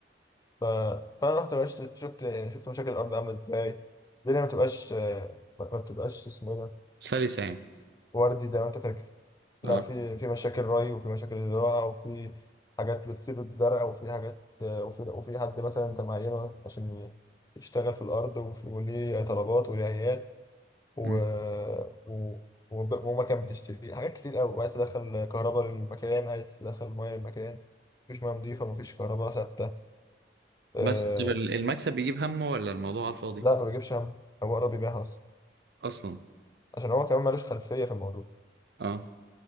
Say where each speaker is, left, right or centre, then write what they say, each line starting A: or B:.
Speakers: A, on the left; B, on the right.
A: ف... فأنا رحت بقى شفت شفت يعني شفت مشاكل الأرض عاملة إزاي الدنيا ما بتبقاش ما ما بتبقاش اسمه إيه ده
B: سلسة يعني
A: وردي زي ما انت فاكر
B: اه
A: لا في في مشاكل ري وفي مشاكل زراعة وفي حاجات بتصيب الزرع وفي حاجات وفي وفي حد مثلا انت معينه عشان يشتغل في الأرض وفي- وليه طلبات وليه عيال و...
B: مم.
A: و... وب- ومكان بتشتري حاجات كتير أوي وعايز تدخل كهرباء للمكان عايز تدخل مية للمكان مفيش مية نضيفة مفيش كهرباء ثابتة أه...
B: بس طب ال- المكسب بيجيب همه ولا الموضوع على الفاضي
A: لا ما بيجيبش هم هو قرب يبيعها أصلا
B: اصلا
A: عشان هو كمان مالوش خلفية في الموضوع
B: اه